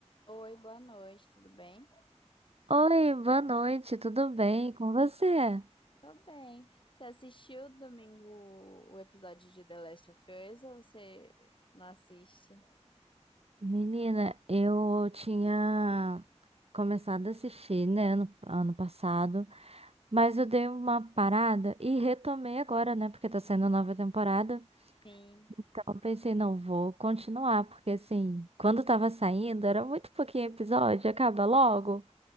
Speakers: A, on the left; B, on the right.
A: Oi, boa noite, tudo bem?
B: Oi, boa noite, tudo bem com você?
A: Tô bem. Você assistiu domingo o episódio de The Last of Us ou você não assiste?
B: Menina, eu tinha começado a assistir, né, no ano passado, mas eu dei uma parada e retomei agora, né, porque tá saindo nova temporada.
A: Sim,
B: Então eu pensei, não, vou continuar, porque assim, quando tava saindo, era muito pouquinho episódio, acaba logo.